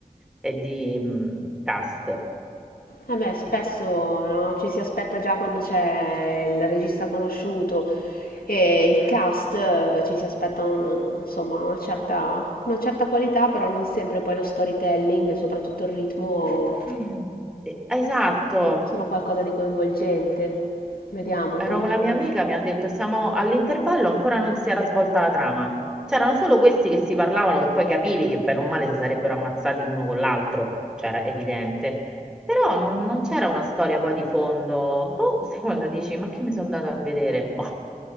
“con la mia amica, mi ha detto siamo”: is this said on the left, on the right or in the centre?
Centre